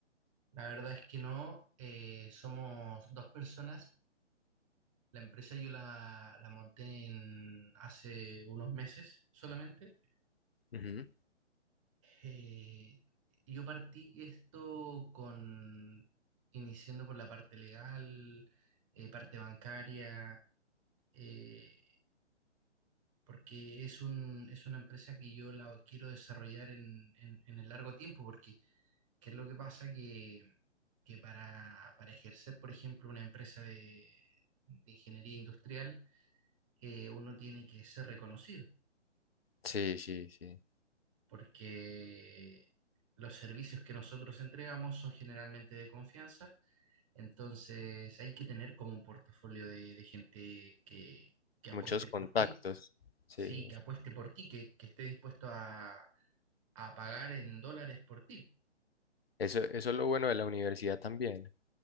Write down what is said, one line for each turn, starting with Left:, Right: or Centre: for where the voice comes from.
Right: La verdad es que no, eh, somos dos personas. La empresa yo la, la monté en hace unos meses solamente.
Left: Ujú.
Right: Eh, yo partí esto con, iniciando por la parte legal, eh, parte bancaria, eh, porque es un, es una empresa que yo la quiero desarrollar en, en, en el largo tiempo, porque ¿qué es lo que pasa? Que, que para, para ejercer, por ejemplo, una empresa de, de ingeniería industrial, eh, uno tiene que ser reconocido,
Left: Sí, sí, sí,
Right: porque los servicios que nosotros entregamos son generalmente de confianza, entonces hay que tener como un portafolio de, de gente que, que apueste
Left: muchos
Right: por
Left: contactos,
Right: ti.
Left: sí.
Right: Sí, que apueste por ti, que, que esté dispuesto a, a pagar en dólares por ti.
Left: Eso, eso es lo bueno de la universidad también,